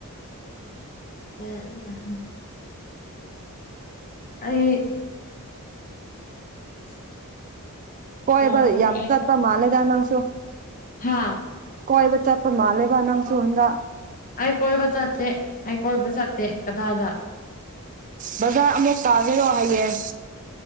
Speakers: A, on the left; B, on the right.
A: ꯎꯝ ꯑꯩ <unintelligible>
B: ꯀꯣꯏꯕ
A: ꯍꯣꯡꯉꯔꯣꯏ
B: ꯌꯥꯝ
A: ꯑꯩꯁꯨ
B: ꯆꯥꯠꯄ ꯃꯥꯜꯂꯦꯗ ꯅꯪꯁꯨ꯫
A: ꯍꯥ
B: ꯀꯣꯏꯕ ꯆꯥꯠꯄ ꯃꯥꯜꯂꯦꯕ ꯅꯪꯁꯨ ꯍꯥꯟꯗꯛ꯫
A: ꯑꯩ ꯀꯣꯏꯕ ꯆꯠꯇꯦ ꯑꯩ ꯀꯣꯏꯕ ꯆꯠꯇꯦ ꯀꯗꯥꯏꯗ꯫
B: ꯕꯖꯥꯔ ꯑꯃꯨꯛ ꯀꯥꯒꯦꯔꯣ ꯍꯌꯦꯡ꯫